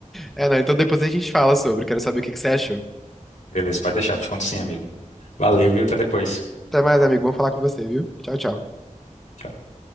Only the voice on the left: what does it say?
Beleza, pode deixar. Te conto sim, amigo. Valeu, viu? Até depois.
Tchau.